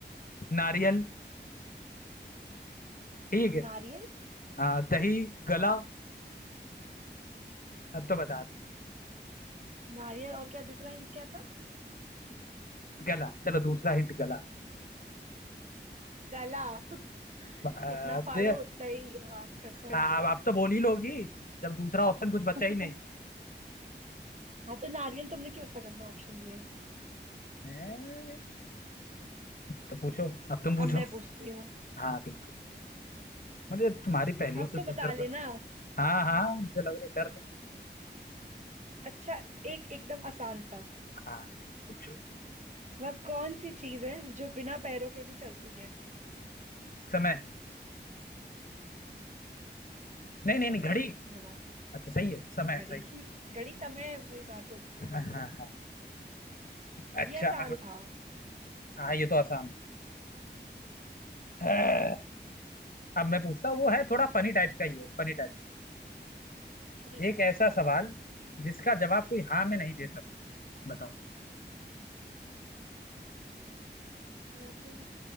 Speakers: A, on the left; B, on the right.
A: नारियल ठीक है
B: नारियल
A: आ, दही गला अब तो बता दो
B: नारियल और क्या दूसरा हिंट क्या था
A: गला चलो दूसरा हिंट गला
B: गला <laughs>
A: आ,
B: जितना
A: दे
B: फाड़ो उतना ही आवाज करता है
A: आ, अब आप तो बोल ही
B: गला
A: लोगी जब दूसरा ऑप्शन कुछ बचा
B: <laughs>
A: ही नहीं
B: हाँ तो नारियल तुमने क्यों इतना गंदा ऑप्शन दिया
A: हैं? तो पूछो अब तुम पूछो
B: अब मैं पूछती हूँ
A: हाँ बिल्कुल मुझे तुम्हारी पहेलियों
B: अब
A: से
B: तो
A: तो
B: बता
A: डर
B: लेना
A: लग हाँ हाँ मुझे लग रहा है डर लग
B: अच्छा एक एकदम आसान सा
A: हाँ पूछो
B: वह कौन सी चीज है जो बिना पैरों के भी चलती है
A: समय नहीं नहीं
B: सही
A: नहीं घड़ी
B: जवाब
A: अच्छा सही है समय
B: घड़ी
A: सही है
B: घड़ी समय वही बात होती
A: <laughs>
B: है
A: हाँ हाँ हाँ अच्छा
B: ये आसान
A: अब
B: था
A: हाँ ये तो आसान है। अब मैं पूछता हूँ वो
B: अब
A: है
B: आप
A: थोड़ा
B: पूछिए
A: फनी टाइप का ही है फनी टाइप
B: ठीक
A: एक ऐसा
B: है
A: सवाल जिसका जवाब कोई हाँ में नहीं दे
B: हम्म।
A: सकता बताओ
B: जवाब कोई